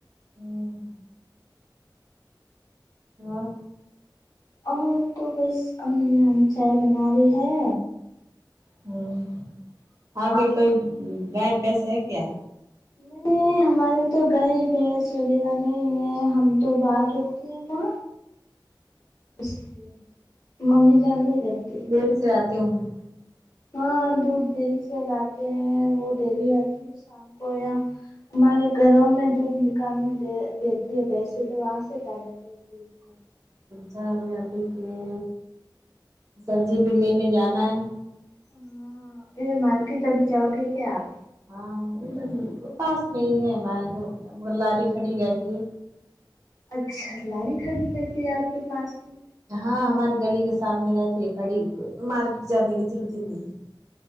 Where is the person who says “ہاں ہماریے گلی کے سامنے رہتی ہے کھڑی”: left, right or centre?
Right